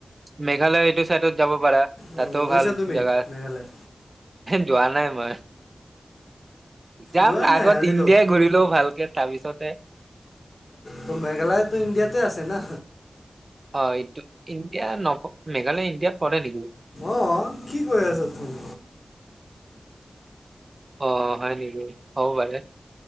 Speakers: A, on the right (about 50°); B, on the left (about 60°).
A: মেঘালয় এইটো চাইডত যাব পাৰা। তাতো
B: অ' গৈছা
A: ভাল
B: তুমি
A: জাগা।
B: মেঘালয়
A: যোৱা নাই মই। যাম
B: যোৱাই নাই
A: আগত
B: আজিলৈ
A: ইণ্ডিয়াই ঘূৰি লওঁ ভালকে। তাৰপিছতে
B: ত' মেঘালয়তো ইণ্ডিয়াতে আছে না।
A: অ', এইটো ইণ্ডিয়া নপ-মেঘালয় ইণ্ডিয়া পৰে নেকি?
B: অ', কি কৈ আছা তুমি?
A: অ', হয়, নেকি? হ'ব পাৰে